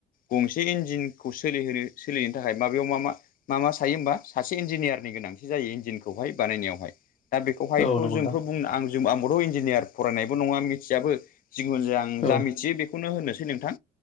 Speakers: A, on the left; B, on the left.
A: गंसे इन्जिनखौ सोलिहोनो सोलिनो थाखाय माबेयाव मा मा मा मा सायो होमबा सासे इन्जिनियारनि गोनांथि जायो इन्जिनखौहाय बानायनायावहाय दा बेखौहाय
B: औ नंगौ
A: जोंथ'
B: नोंथां
A: बुंनो आं आंबोथ' इन्जिनियार फरायनायबो नङा मिथियाब जिगुन जाया आं
B: औ
A: जा मि जि बेखौनो होनोसै नोंथां।